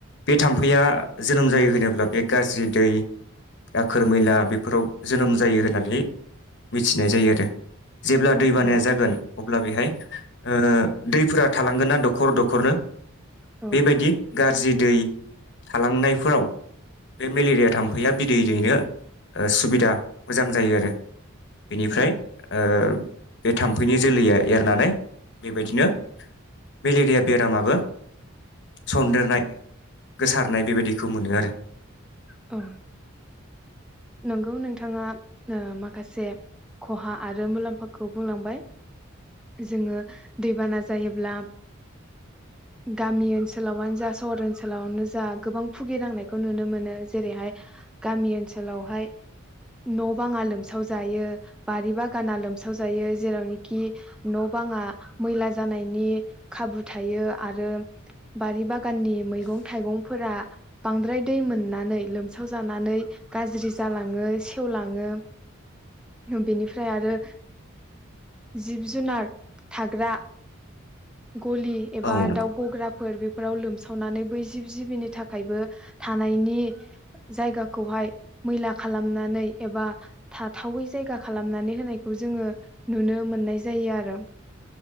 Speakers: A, on the left; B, in the centre.
A: बे थाम्फैया जोनोम जायो होनोब्ला बे गाज्रि दै दाखोर मैला बेफोराव जोनोम जायो होननानै मिथिनाय जायो आरो। जेब्ला दै बानाया
B: औ
A: जागोन अब्ला बेहाय ओ दैफोरा थालांगोन ना दखर दखरनो
B: औ
A: बेबायदि गाज्रि दै थालांनायफोराव बे मेलेरिया थाम्फैया बिदै दैनो सुबिदा मोजां जायो आरो। बेनिफ्राय
B: औ
A: ओ बे थाम्फैनि जोलैया एरनानै बेबायदिनो मेलेरिया बेरामाबो सनदेरनाय गोसारनाय बेबायदिखौ मोनदों आरो
B: औ। नंगौ नोंथाङा ओ माखासे खहा आरो मुलाम्फाखौ बुंलांबाय जोङो दैबाना जायोब्ला गामि ओनसोलावानो जा सहर ओनसोलावनो जा गोबां भुगिनांनायखौ नुनो मोनो जेरैहाय गामि ओनसोल ओनसोलावहाय न बाङा लोमसाव जायो बारि बागाना लोमसाव जायो जेरावनोखि न बाङा मैला जानायनि खाबु थायो आरो बारि बागान दखाननि मैगं थाइगंफोरा बांद्राय दै मोननानै लोमसाव जानानै गाज्रि जालाङो सेवलाङो बेनिफ्राय ओ आरो जिब जुनार थाग्रा गलि एबा
A: औ नंगौ
B: दाउ गग्राफोर बे फोराव लोमसावनानै बै जिब जिबिनि थाखायबो थानायनि जायगाखौहाय मैला खालामनानै एबा थाथावै जायगा खालामनानै होनायखौ जोङो नुनो मोननाय जायो आरो